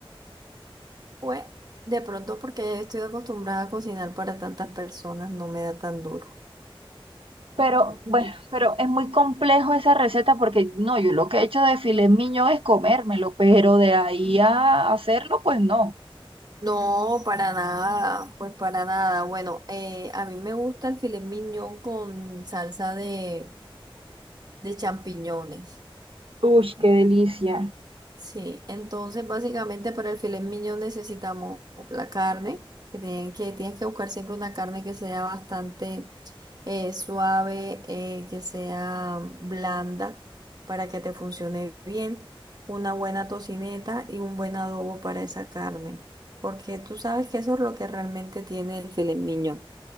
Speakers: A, on the right (about 45°); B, on the right (about 70°).
A: Pues, de pronto porque ya yo estoy acostumbrada a cocinar para tantas personas, no me da tan duro.
B: Pero bueno,
A: Sí.
B: pero es muy complejo esa receta porque no, yo lo que he hecho de filet mignon es comérmelo, pero de ahí a hacerlo, pues no.
A: No, para nada, pues para nada. Bueno, eh, a mí me gusta el filet mignon con salsa de, de champiñones.
B: Uy, qué delicia.
A: Sí, entonces básicamente para el filet mignon necesitamos la carne, que, tiene que tienes que buscar siempre una carne que sea bastante eh, suave, eh, que sea blanda para que te funcione bien, una buena tocineta y un buen adobo para esa carne, porque tú sabes que eso es lo que realmente tiene el filet mignon.